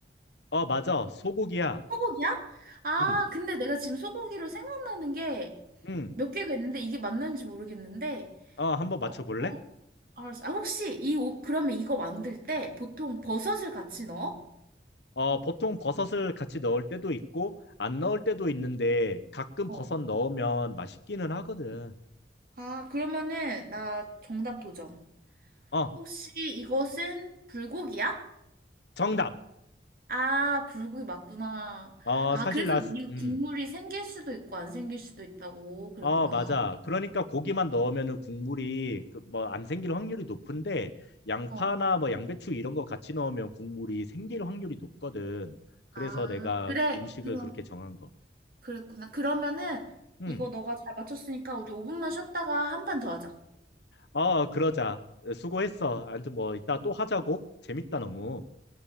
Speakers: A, on the left; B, on the right.
A: 어, 맞아. 소고기야.
B: 소고기야? 아,
A: 음.
B: 근데 내가 지금 소고기로 생각나는 게
A: 음.
B: 몇 개가 있는데 이게 맞는지 모르겠는데
A: 어, 한번
B: 어,
A: 맞춰볼래?
B: 어, 알았어. 아, 혹시 이 옷, 그러면 이거 만들 때 보통 버섯을 같이 넣어?
A: 어, 보통 버섯을 같이 넣을 때도 있고, 안 넣을 때도 있는데, 가끔
B: 어.
A: 버섯 넣으면 맛있기는 하거든.
B: 아, 그러면은 나 정답 도전.
A: 어,
B: 혹시 이것은 불고기야?
A: 정답.
B: 아, 불고기 맞구나.
A: 어,
B: 아,
A: 사실
B: 그래서
A: 나,
B: 이
A: 음.
B: 국물이 생길 수도 있고 안 생길 수도 있다고 그랬구나.
A: 어, 맞아. 그러니까 고기만 넣으면은 국물이 그 뭐 안 생길 확률이 높은데, 양파나
B: 어.
A: 뭐 양배추 이런 거 같이 넣으면 국물이 생길 확률이 높거든. 그래서
B: 아,
A: 내가
B: 그래.
A: 음식을
B: 그럼,
A: 그렇게 정한 거.
B: 그랬구나. 그러면은
A: 음.
B: 이거 너가 잘 맞췄으니까 우리 5분만 쉬었다가 한 판 더 하자.
A: 어, 그러자. 수고했어. 아무튼 뭐 이따 또 하자고. 재밌다, 너무.